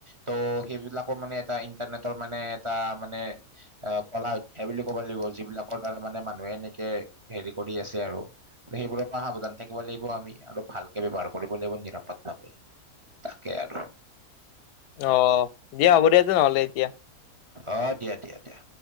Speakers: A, on the right; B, on the left.
A: ত' সেইবিলাকো মানে এটা ইণ্টাৰনেটৰ মানে এটা মানে এ' কলা সেই বুলি ক'ব লাগিব যিবিলাকৰ দ্বাৰা মানে মানুহে এক হেৰি কৰি আছে আৰু সেইবোৰৰ পৰা সাৱধান থাকিব লাগিব আমি আৰু ভালকে ব্যৱহাৰ কৰিবলৈ নিৰাপদ তাকে আৰু
B: অ' দিয়া হ'ব দিয়া তেনেহলে এতিয়া
A: অ' দিয়া দিয়া দিয়া